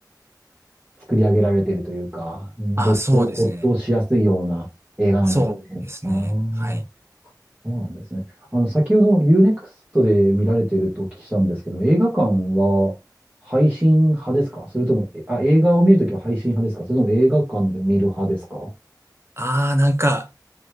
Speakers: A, on the right (about 20°); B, on the right (about 35°).
A: 作り上げられているというか、うん没頭、
B: あ、そうですね。
A: 没頭しやすいような映画なんですね。
B: そうですね。
A: ああ、そ
B: はい。
A: うなんですね。あの、先ほどユーネクストで見られているとお聞きしたんですけども、映画館は配信派ですかそれとも、えあ、映画を見るときは配信派ですかそれとも映画館で見る派ですか <laughs> は
B: ああ、なんか、